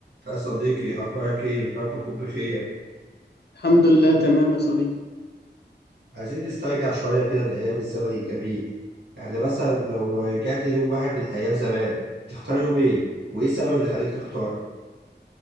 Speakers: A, on the right (about 65°); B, on the left (about 65°).
A: يا صديقي أخبارك إيه؟ رب تكون بخير،
B: الحمد لله تمام يا صديقي
A: عايزين نسترجع شوية كده بالأيام الزمن الجميل، يعني مثلا لو رجعت يوم واحد من أيام زمان، تختار يوم إيه؟ وإيه السبب اللي خليك تختار؟